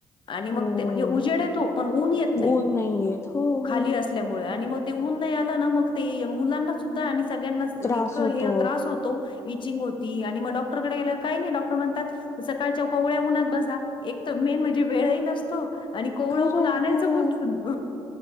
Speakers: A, on the left; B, on the left.
A: आणि
B: हो
A: मग ते म्हणजे उजेड येतो पण ऊन येत नाही
B: ऊन नाहीयेत हो
A: खाली
B: हो
A: असल्यामुळे आणि मग ते ऊन नाही आला ना मग ते मुलांना सुद्धा आणि सगळ्यांनास
B: त्रास
A: इतका
B: होतो
A: हे त्रास होतो इचिंग हो ती आणि मग डॉक्टरकडे गेलं काही नाही डॉक्टर म्हणतात सकाळच्या कोळ्या उन्हात ब सा एक तर मेन म्हणजे वेळ ही नसतो आणि कोवळ
B: खरंय
A: ऊन आणायचं
B: खरंय
A: कुठून